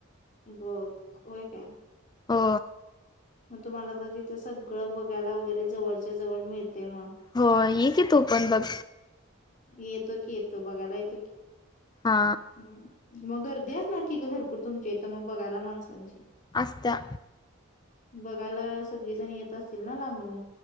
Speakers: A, on the left (about 40°); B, on the left (about 20°).
A: बघं होय काय?
B: हो.
A: मग तुम्हाला तर तिथं सगळं बघायला वगैरे जवळच्या जवळ मिळते मग.
B: हो ये की तू
A: कुठं
B: पण बघ.
A: येतो की येतो बघायलां येतो की
B: हा
A: हम्म. मग गर्दी असणार की ग भरपूर तुमच्या इथं मग बघायला माणसांची?
B: असत्या.
A: बघायलां सगळेजण येत असतील ना लांबून?